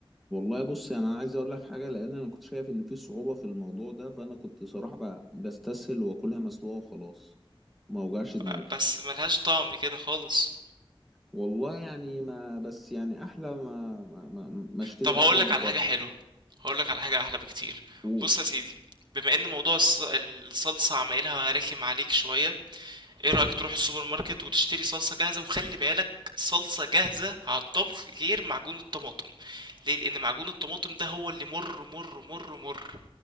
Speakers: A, in the centre; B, on the right.
A: والله بص يعني انا عايز اقول لك حاجه لان انا كنت شايف ان في صعوبه في الموضوع ده فانا كنت صراحه ب- بستسهل واكلها مسلوقه وخلاص ما اوجعش دماغي
B: آه، بس ملهاش طعم كده خالص
A: والله يعني ما بس يعني احلى ما ما ما, ما اشتري
B: طب هقولك
A: اكل من
B: على
A: بره
B: حاجة حلوة هقولك على حاجة احلى بكتير
A: قول
B: بص يا سيدي بما ان موضوع الص- الصلصة عمايلها رخم عليك شوية ايه رأيك تروح السوبر ماركت وتشتري صلصة جاهزة وخلي بالك صلصة جاهزة على الطبخ غير معجون الطماطم ليه لان معجون الطماطم ده هو اللي مر مر مر مر